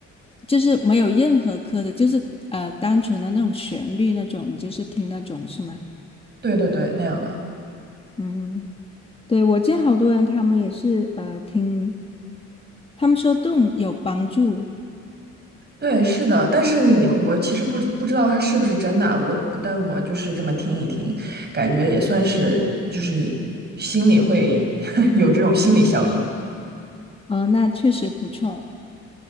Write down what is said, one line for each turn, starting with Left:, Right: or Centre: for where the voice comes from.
Left: 就是没有任何歌的，就是呃单纯的那种旋律那种，你就是听那种是吗？
Right: 对对对，那样的。
Left: 嗯，对，我见好多人他们也是呃听，他们说动有帮助，
Right: 对，是的。但是你，我其实不不知道它是不是真的啊，我但我就是这么听一听，感觉也算是就是心里会 <laughs> 有这种心理效应。
Left: 嗯、那确实不错。